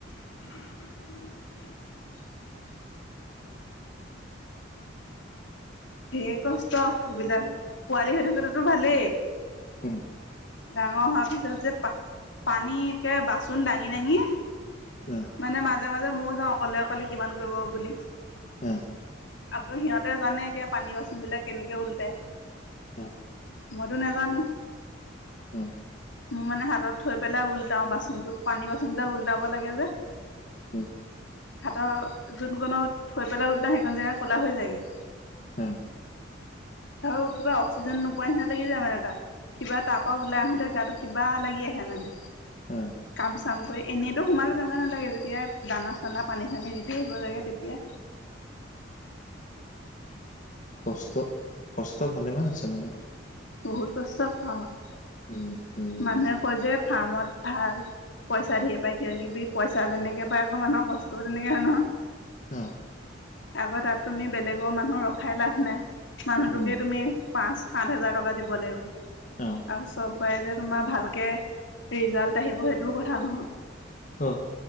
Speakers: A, on the left; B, on the left.
A: <unintelligible>
B: <unintelligible>
A: ধেৰ কষ্ট এইবিলাক, পোৱালি হৈ থাকোতেতো ভালেই।
B: উম,
A: ডাঙৰ হোৱাৰ পিছত যে, পা পানী একে বাচোন দাঙ- দাঙি
B: <unintelligible>
A: মানে মাজে মাজে ময়ো যাওঁ অকলে অকলে কিমান কৰিব বুলি।
B: অ',
A: আকৌ সিহঁত জানে এতিয়া পানী বাচোনবিলাক কেনেকে ওলটাই,
B: অ',
A: মইতো নেজানো।
B: উম।
A: মোৰ মানে হাতত থৈ পেলাই উলটাও বাচন টো, পানী বাচনবিলাক উলটাব লাগে যে
B: উম।
A: হাতৰ যোনকনত থৈ পেলাই উলটাওঁ, সেইকন জেগা ক'লা হৈ যায়গে।
B: অ',
A: আও কিবা অক্সিজেন নোপোৱা নিচিনা লাগি যায় মানে তাত। কিবা তাৰপা ওলাই আহোতে গাটো কিবা লাগি আহে মানে।
B: অ',
A: কাম চাম কৰি এনেইতো সোমালে তেনেকুৱা নালাগে, যেতিয়া দানা চানা, পানী চানী দি থাকিব লাগে তেতিয়া।
B: কষ্ট, কষ্ট ভালেমান আছে মানে।
A: বহুত কস্ত ফ্ৰামত।
B: উম, উম।
A: মানুহে কয় যে ফাৰ্মত ভাল, পইচা ধেৰ পায় কিব কিবি, পইচা যেনেকে পায় ঘ মানুহৰ কষ্টও তেনেকে য়া নহ,
B: ন
A: আকৌ তাত তুমি বেলেগৰ মানুহ ৰখাই লাভ নাই। মানুহটোকে
B: উম
A: তুমি পাঁচ-সাত হাজাৰ টকা দিব লাগিব।
B: অ,
A: আৰু চব বাৰে যে তোমাৰ ভালকে ৰিজাল্ট আহিব সেইটোও কথা নহয়।
B: অ